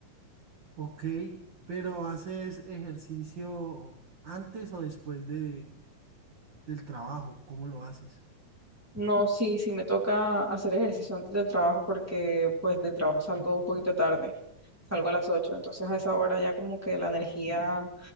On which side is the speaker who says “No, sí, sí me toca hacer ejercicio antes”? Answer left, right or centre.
Centre